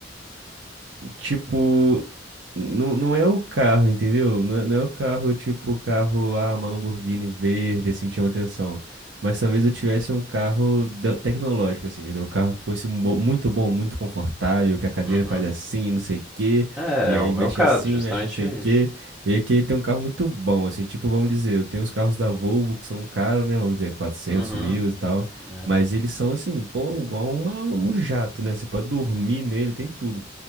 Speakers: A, on the right (about 70°); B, in the centre.
A: tipo Não, não é o carro, entendeu? Não é, não é o carro tipo carro, ah, uma Lamborghini verde, assim, que chama atenção. Mas talvez eu tivesse um carro da- tecnológico, assim, entendeu? Um carro que fosse um bo- muito bom, muito confortável, que a cadeira
B: Uhum.
A: faz assim, não sei o quê,
B: É,
A: e
B: é
A: aí
B: o meu
A: mexe
B: caso,
A: assim,
B: justamente
A: mexe não sei
B: isso.
A: o quê. E aí eu queria ter um carro muito bom, assim, tipo, vamos dizer, eu tenho os carros da Volvo que são caros, né? Vamos dizer, quatrocentos
B: Uhum.
A: mil e tal.
B: É.
A: Mas eles são, assim, pô, igual uma, um jato, né? Você pode dormir nele, tem tudo.